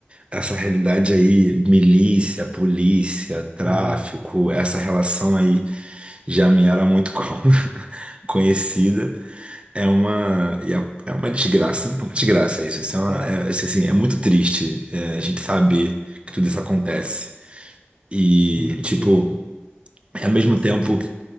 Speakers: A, on the right (about 25°); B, on the left (about 25°).
A: essa realidade aí, milícia, polícia, tráfico,
B: Ah, <laughs>
A: essa relação aí já me era muito <laughs> co- conhecida. É uma, e é é uma desgraça, é uma desgraça isso. Isso é, uma-
B: Ah,
A: é- isso, assim, é muito triste é, a gente saber que tudo isso acontece. E,
B: muito
A: tipo,
B: triste, né?
A: ao mesmo
B: Sim,
A: tempo,